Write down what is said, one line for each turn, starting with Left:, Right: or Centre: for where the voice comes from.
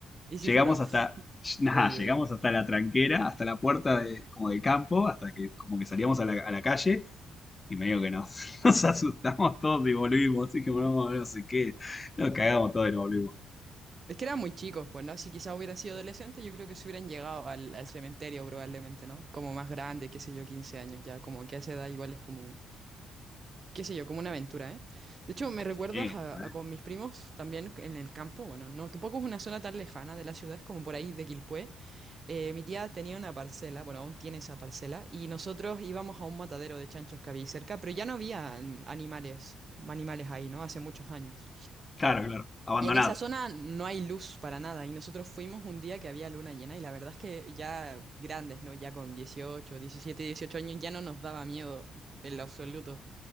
Right: ¿Y si
Left: Llegamos
Right: fueron?
Left: hasta, nada,
Right: Uy,
Left: llegamos
Right: uy.
Left: hasta la tranquera, hasta la puerta de, como del campo, hasta que como que salíamos a la, a la calle y medio que nos, <laughs> nos asustamos todos y volvimos. Así que volvemos, no sé qué, nos cagamos todos y nos volvimos.
Right: Es que eran muy chicos, pues, ¿no? Si quizás hubieran sido adolescentes, yo creo que se hubieran llegado al, al cementerio probablemente, ¿no? Como más grande, qué sé yo, 15 años ya, como que a esa edad igual es como, qué sé yo, como una aventura, ¿eh? De hecho, me recuerdas
Left: Sí,
Right: a,
Left: re.
Right: a con mis primos también en el campo, bueno, no, tampoco es una zona tan lejana de la ciudad, es como por ahí de Quilpué. Eh, mi tía tenía una parcela, bueno, aún tiene esa parcela, y nosotros íbamos a un matadero de chanchos que había ahí cerca, pero ya no había animales, animales ahí, ¿no? Hace muchos años.
Left: claro, claro, abandonado.
Right: Y en esa zona no hay luz para nada. Y nosotros fuimos un día que había luna llena y la verdad es que ya grandes, ¿no? Ya con 18, 17, 18 años ya no nos daba miedo en lo absoluto.